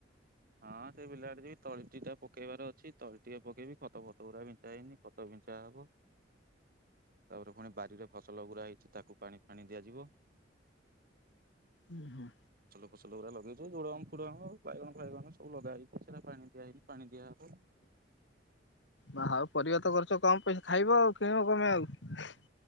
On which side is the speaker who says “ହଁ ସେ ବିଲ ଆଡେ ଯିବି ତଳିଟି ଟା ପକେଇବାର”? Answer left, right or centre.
Right